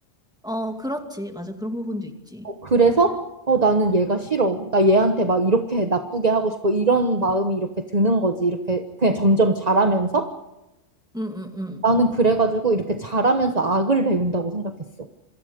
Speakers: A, in the centre; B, on the right.
A: 어, 그렇지. 맞아. 그런 부분도 있지.
B: 어, 그래서 어, 나는 얘가 싫어. 나 얘한테 막 이렇게 나쁘게 하고 싶어. 이런 마음이 이렇게 드는 거지. 이렇게 그냥 점점 자라면서.
A: 음, 음, 음.
B: 나는 그래가지고 이렇게 잘하면서 악을 배운다고 생각했어.